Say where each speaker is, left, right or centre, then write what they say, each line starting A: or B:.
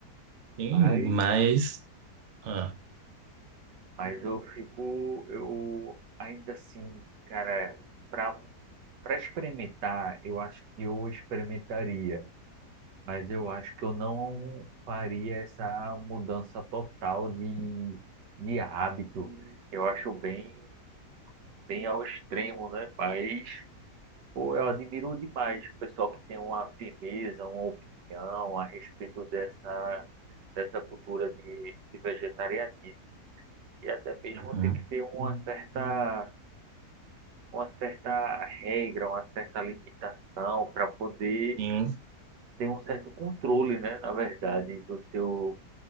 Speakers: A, on the right; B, on the right.
A: Sim,
B: Mas,
A: mas ah,
B: mas eu fico, eu ainda assim, cara, para para experimentar, eu acho que eu experimentaria, mas eu acho que eu não faria essa mudança total de, de hábito. Eu acho bem, bem ao extremo, né? Mas Pô, eu admiro demais o pessoal que tem uma firmeza, uma opinião a respeito dessa, dessa cultura de, de vegetarianismo. E até mesmo
A: uhum.
B: tem que ter uma certa, uma certa regra, uma certa limitação para poder
A: Sim,
B: ter um certo controle, né, na verdade, do seu,